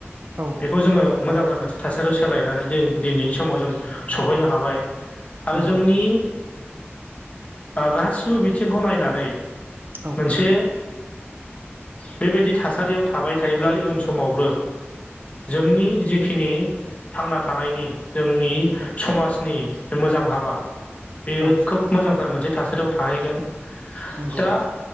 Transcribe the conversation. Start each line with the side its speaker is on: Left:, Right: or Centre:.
Right: औ
Left: बेखौ जोङो मोजांथार मोनसे- थासारियाव सोलायनानै दे-दिनैनि समाव जों सफैनो हाबाय आरो
Right: नंगौ
Left: जोंनि
Right: नोंथां
Left: ओ गासिबो बिथिंखौ नायनानै
Right: औ
Left: मोनसे बेबायदि थासारियाव थाबाय थायोब्ला इयुन समावबो जोंनि जिखिनि थांना थानायनि जोंनि
Right: औ।
Left: समाजनि मोजां हाबा बेयो
Right: औ नंगौ नोंथां औ
Left: खोब मोजांथार मोनसे थासारियाव थाहैगोन।
Right: नंगौ
Left: दा